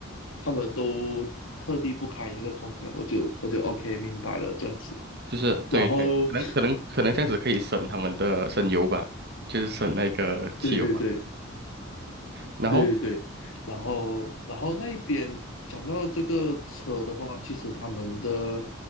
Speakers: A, on the left; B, on the right.
A: 他们都特地不开那个空调。我就我就 OK 明白了这样子。
B: 就是对对，
A: 然后，
B: 可能可能可能这样子可以省他们的省油吧，
A: 嗯，
B: 就是省那个汽油吧。
A: 对对对
B: 然后，
A: 对对对，然后然后那一边讲到这个车的话，其实他们的